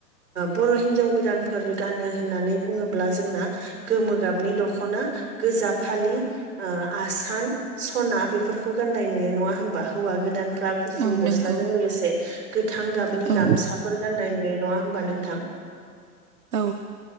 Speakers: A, on the right; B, on the right.
A: बर' हिनजाव गोदानफोर गानो होननानै बुङोब्ला जोंना गोमोोगाबनि दखना गोजा फालि आ आस सान सना बेफोरखौ गाननाय नुयो नङा होमबा हौवा गोदान फ्रा गुफुर
B: औ
A: गस्लाजों
B: नंगौ
A: लोगोसे गोथां गाबनि
B: औ
A: गामसाफोर गान्नाय नुयो। नङा होमबा नोंथां?
B: औ।